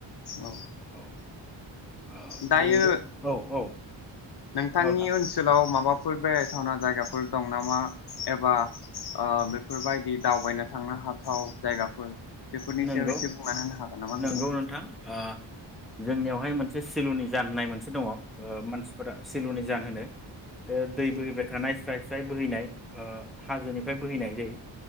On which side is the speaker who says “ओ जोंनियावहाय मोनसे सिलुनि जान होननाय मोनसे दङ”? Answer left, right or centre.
Centre